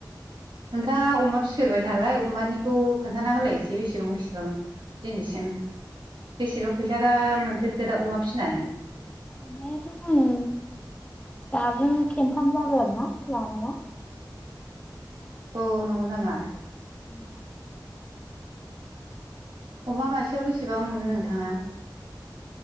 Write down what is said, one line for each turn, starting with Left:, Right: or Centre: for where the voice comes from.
Right: नोंथांङा अमा फिफेरबाय नालाय अमानिखौ खोन्थाना होलाय एसे बिसिबां-बिसिबां दिनैसिम बेसेबां फैसा दा मोनफेरखो दा अमा फिसिनानै?
Left: मोन्नायाथ' आङो दाजों खेनन्थाम जाबाय आरो ना लानाया।
Right: औ नंगौ नामा?
Left: <inaudible>
Right: अमा मासेयाव बेसेबां मोनो नोंथांङा?